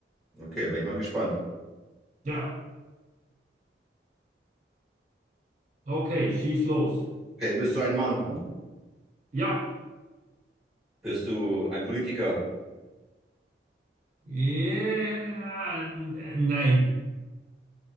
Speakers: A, in the centre; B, on the right.
A: Okay, bin ich mal gespannt.
B: Ja, okay, schieß los.
A: Okay, bist du ein Mann?
B: Ja.
A: Bist du ein Politiker?
B: Ja, n- äh, nein.